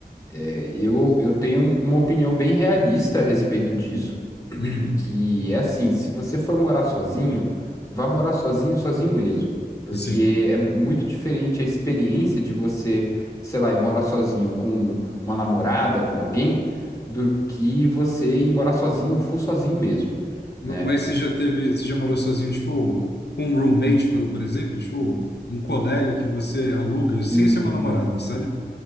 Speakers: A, on the left (about 20°); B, on the left (about 80°).
A: é, eu, eu tenho um, uma opinião bem realista a respeito disso.
B: Uhum.
A: que é assim, se você for morar sozinho, vá morar sozinho, sozinho mesmo, porque
B: Sim.
A: é muito diferente a experiência de você, sei lá, ir morar sozinho com uma namorada, com alguém, do que você ir morar sozinho, full sozinho mesmo, né?
B: Mas você já teve, você já morou sozinho, tipo, com um roommate, por, por exemplo, tipo, um colega que você aluga sem
A: Hum,
B: ser uma namorada, sabe?